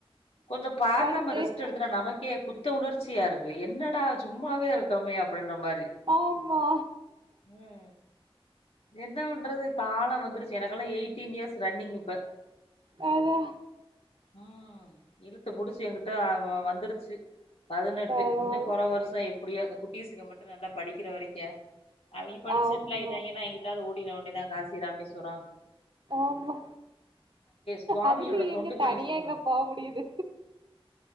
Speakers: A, on the left; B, on the right.
A: கொஞ்சோ பாக்காம
B: படுத்து
A: <unintelligible> நமக்கே குத்த உணர்ச்சியா இருக்கு என்னடா சும்மாவே இருக்கமே அப்டியின்ற மாரி
B: ஆமா
A: ம் என்ன வண்றது கால வந்துருச்சு எனக்கு எல்லா எயிட்டீன் இயர்ஸ் ரன்னிங் இப்ப
B: அதா
A: ஆ இழுத்து பிடிச்சு எங்கிட்டோ வந்துடுச் சு பதினெட்டு
B: பரவால்ல
A: இன்னு கொற வர்ஷோ எப்டியோ இந்த குட்டிசுங்க மட்டு நல்லா படிக்கிற வரைக்க அவங்க படிச்சி
B: ஆமா
A: செட்டில் ஆயிட்டாங்கன்னா எங்கிட்டாவது ஓடியிற வேண்டியதுதான் காசி ராமேஸ்வரம்
B: ஆமா
A: சுவாமியோட
B: அதுலயும்
A: தொண்டு
B: எங்க
A: பணி
B: தனியா
A: செய்றோ
B: எங்க போக முடியுது